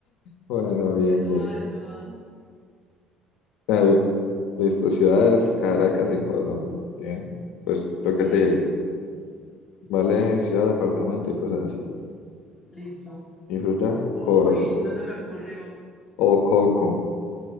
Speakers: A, on the left; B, on the left.
A: Bueno, bien,
B: Eso
A: bien.
B: va, eso va.
A: Ahí. Listo, ciudades, Caracas y Colombia. Bien. Pues lo que
B: Bien,
A: te
B: bien.
A: dije, vale ciudad, departamento y cosas así.
B: Listo.
A: Y fruta,
B: Uy,
A: corozo.
B: no se me ocurrió.
A: O coco. <laughs>